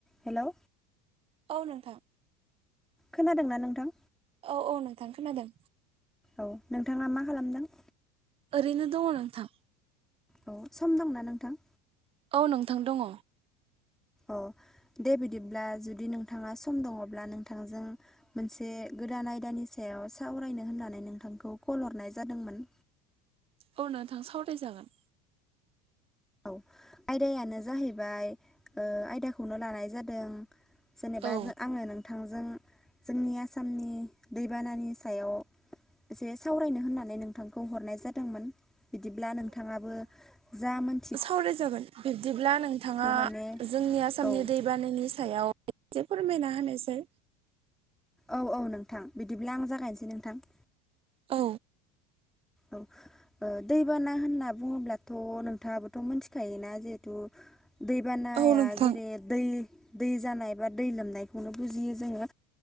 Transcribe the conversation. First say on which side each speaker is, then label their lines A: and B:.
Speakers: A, in the centre; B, on the right.
A: Hello.
B: औ नोंथां।
A: खोनादोंना नोंथां?
B: औ औ नोंथां खोनादों।
A: औ नोंथाङा मा खालामदों?
B: ओरैनो दङ नोंथां।
A: अ सम दंना नोंथां?
B: औ नोंथां दङ।
A: अ दे बिदिब्ला जुदि नोंथाङा सम दङब्ला नोंथांजों मोनसे से गोदान आयदानि सायाव साावरायनो होननानै नोंथांखौ कल हरनाय जादोंमोन।
B: अ नोंथां सावराय जागोन।
A: औ आयदायानो जाहैबाय ओ आयदाखौनो लानाय जादों जेनेबा
B: औ
A: जो आङो नोंथांजों जोंनि आसामनि दैबानानि सायाव जे सावरायनो होननानै नोंथांखौ हरनाय जादोंमोन। बिदिब्ला नोंथाङाबो जा मोन
B: सावराय जागोन बिब्दिब्ला नोंथाङा
A: माने
B: जोंनि आसामनि
A: औ
B: दैबानायनि सायाव एसे फोरमायना होनायसाय
A: औ औ नोंथां बिदिब्ला आं जागायनोसै नोंथां।
B: औ।
A: औ। ओ दैबाना होनना बुङोब्लाथ' नोंथाङाबोथ' मिथिखायोना जिहेथु दैबानाया
B: औ नोंथां
A: जेरै दै दै जानाय बा दै लोमनायखौनो बुजियो जोङो